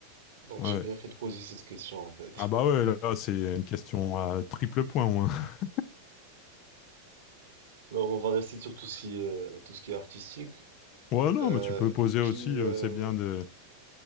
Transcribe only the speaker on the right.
Donc
j'ai bien fait de poser cette question en fait.
<laughs>
Alors on va rester sur tout ce qui est, euh, tout ce qui est artistique.
Euh,
qui,
euh,